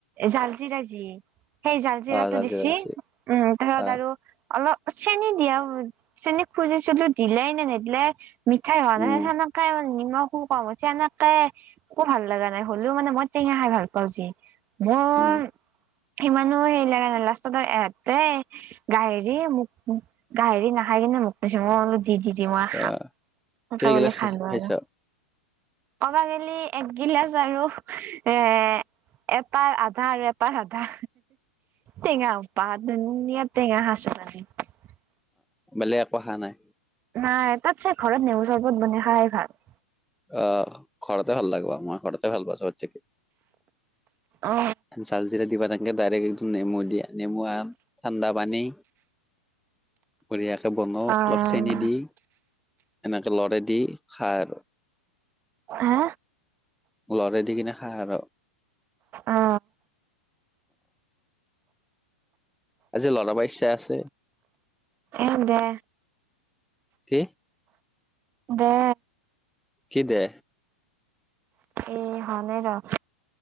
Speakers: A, on the right; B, in the centre.
A: জাল্জি ৰাজজি সেই জাল জিৰাটো
B: আহ লাগিছে
A: দিছি
B: লাগিছে
A: উম তাৰত
B: আহ
A: আৰু অলপ চেনী দিয়া চেনী খুজিছিলো দিলাই নে নাইদিলে, মিঠাই খোৱা ন
B: উম
A: সনেকে মানে নিমখো কম হৈছে এনেকে একো ভাল লগা নাই হ'লেও মানে মই টেঙা খাই ভাল পাও যে মোৰ
B: উম
A: সিমানো হেৰি লগা নাই লাষ্টত এহতে গাহেৰি মোক গাহৰি নাখাই কি মোক কৈছ মই বলো দি দি দি মই খাম
B: আহ কেইগিলাচ
A: খাবলৈ
B: খাই
A: খালো
B: খাইছা
A: আৰু পাগেলি একগিলাচ আৰু এ এপাৰ আধা আৰু এপাৰ আধা টেঙা উপাহ ধুনীয়া টেঙা সাচো পালি <unintelligible>
B: বেলেগ একো অহা নাই
A: নাই তাত চাই ঘৰত নেমু চৰবত বনাই খোৱাই ভাল
B: আহ ঘৰতে ভাল লাগব মই ঘৰতে ভাল পাইছোঁ থাকি
A: অ
B: ঝালজিৰা দি পেলাই এনেকে ডাইৰেক্ট এইটো নেমু দিয়া নেমু ঠাণ্ডা পানী বঢ়িয়াকে বনওঁ
A: অ
B: অলপ চেনি দি এনেকে লৰা দি খাই আৰু
A: হা
B: লৰা দি কিনে খা আৰু
A: অ
B: আজি ল'ৰাবোৰ আইছে?
A: এ দে
B: কি?
A: দে
B: কি দে?
A: এ হয়নে নহ